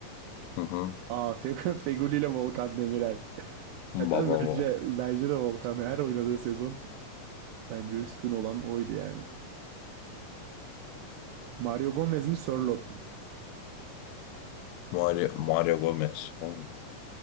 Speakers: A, on the left; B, on the right.
A: Hı hı.
B: Aa Fe <laughs> Feguli ile Volkan Demirel. <laughs>
A: Baba
B: E tabii
A: o.
B: bence, bence de Volkan her oynadığı sezon bence üstün olan oydu yani. Mario Gomez mi Sörloth mu?
A: Mario, Mario Gomez. Oğlum,